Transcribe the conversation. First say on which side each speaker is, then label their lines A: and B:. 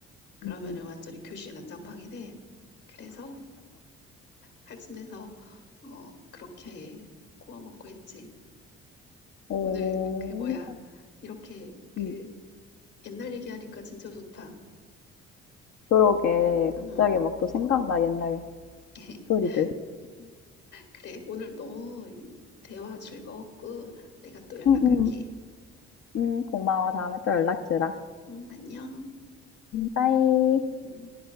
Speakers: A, on the left; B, on the left.
A: 그러면은
B: 음음.
A: 완전히 교실 난장판이 돼. 그래서 칼집 내서 어 그렇게 구워 먹고 했지.
B: 오
A: 오늘 그 뭐야, 이렇게 그
B: 음.
A: 옛날 얘기하니까 진짜 좋다.
B: 그러게.
A: 음,
B: 갑자기 막 또 생각나 옛날
A: <laughs>
B: 스토리들.
A: 그래, 오늘 너무 대화 즐거웠고, 내가 또 연락할게.
B: 응 응 응 고마워. 다음에 또 연락 주라.
A: 응, 안녕.
B: 음 빠이.
A: 음. 음.